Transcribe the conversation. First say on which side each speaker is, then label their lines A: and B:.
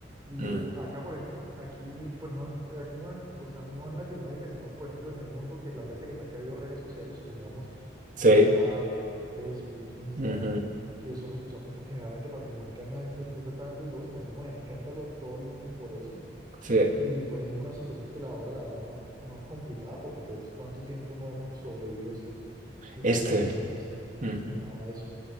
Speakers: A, on the right; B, on the right.
A: Y
B: Mm,
A: acá, por ejemplo, aquí, pues no, en t- aquí no, o sea, no en Latinoamérica, sino por ejemplo en el mundo, que las veces que se han caído redes sociales, supongamos
B: Sí,
A: WhatsApp, Facebook, Instagram,
B: ujú,
A: que son las que usamos pues, generalmente para comunicarnos, es es- exactamente lo mismo. Hacemos escándalo todo el mundo por eso.
B: sí,
A: Y pues es una situación que la hora, la verdad, no, es- no es complicada, porque pues cuánto tiempo no hemos sobrevivido sin, sin
B: este.
A: aplicaciones
B: Ujú.
A: ni nada de eso.